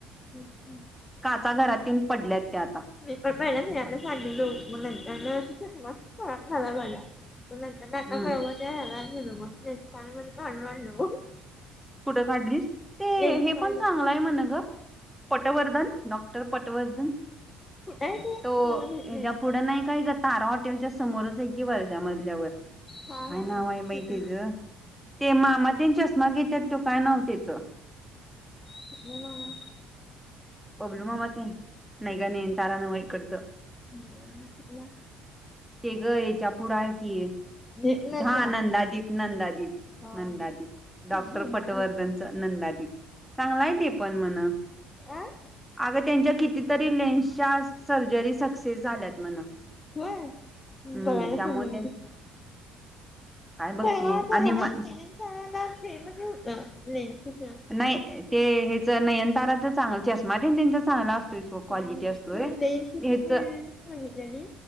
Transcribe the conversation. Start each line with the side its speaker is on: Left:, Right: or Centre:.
Left: हम् हम्...
Centre: काचा घरातून पडल्यात त्या आता.
Left: नाही पण पहिलाच याला सांगले लोक म्हणज <unintelligible> खराब झाला माझा पण नंतर नाका
Centre: हम्म
Left: बरोबरला गेल मग.. <unintelligible> पण ममध्ये काढवालो <unintelligible>
Centre: कुठ काढली ते
Left: लेन्सकार्ट
Centre: हे पण, चांगलंय म ग पटवर्धन डॉक्टर. पटवर्धन
Left: नाही ते
Centre: तो
Left: मला माहित
Centre: हेच्या
Left: नाही
Centre: पुढं नाही काय ग तारा हॉटेच्या स समोरच हाय की वरच्या मजल्यावर.
Left: हा
Centre: काय
Left: हा
Centre: नाव
Left: हा
Centre: हाय बाई
Left: ठीक
Centre: तेजं ते मामा तेन चेष्मा घे तो काय तेच?
Left: कुठलं मामा?
Centre: बबलू मामा ते नाही का नयनतारानंव ईकडचं.
Left: <unintelligible> कुठला?
Centre: ते ग हेच्या पुढ हाय की
Left: दीपनंदा
Centre: धा नंदादीप, नंदादीप.
Left: हा
Centre: नंदादीप
Left: हा
Centre: डॉक्टर
Left: हा
Centre: पटवर्धनच. नंदादीप चांगलाय ते पण म्हण.
Left: अं.
Centre: अगं त्यांच्या कितीतरी लेन्सच्या सर्जरी सक्सेस झाल्यात म्हण.
Left: होय.
Centre: हम्म
Left: बघायला
Centre: त्यामुळे
Left: पाहिजे
Centre: ते
Left: मग.
Centre: काय बघतीस
Left: तेव्हाला <unintelligible>
Centre: आणि म
Left: लेंस घालायला फ्रीमध्ये होत लेंसचं.
Centre: ते हेच नयन ताराच चांग चष्मा तेन त्यांचा चांगला असतोय. सो क्वालिटी
Left: हा हा
Centre: असतोय.
Left: प लेन्स
Centre: हेच
Left: मीली सांगितलेली.